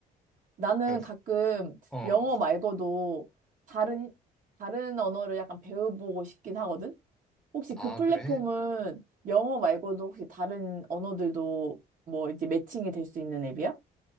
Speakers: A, on the right; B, in the centre.
A: 나는
B: 그,
A: 가끔
B: 어,
A: 영어 말고도 다른, 다른 언어를 약간 배워보고 싶긴 하거든? 혹시
B: 아,
A: 그 플랫폼은
B: 그래?
A: 영어 말고도 혹시 다른 언어들도 뭐 이제 매칭이 될 수 있는 앱이야?